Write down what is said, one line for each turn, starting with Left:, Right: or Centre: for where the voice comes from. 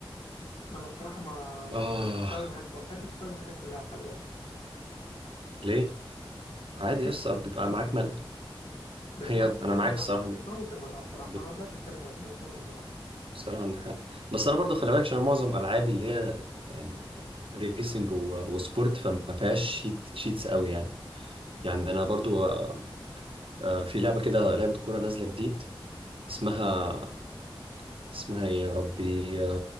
Left: انا بصراحه ما ما
Right: اه
Left: كنتش بستخدم هاك ما بحبش استخدم هاكات في اللعب خلي بالك
Right: ليه عادي
Left: بحس
Right: لسه بيبقى
Left: ان هي
Right: معاك ملل
Left: بتموت
Right: هي انا
Left: المتعه
Right: معاك الصراحه
Left: بتموت المتعه بصراحه
Right: ب-
Left: ما اقدرش اتكلم غير انها بتموت المتعه
Right: بصراحه إن ح- بس انا برضو خلي بالك عشان معظم العابي اللي هي يعني ريسنج و... وسبورت فما فيهاش شيت شيتس قوي يعني يعني انا برضو آه، آه، في لعبه كده لعبه كوره نازله جديد اسمها اسمها ايه يا ربي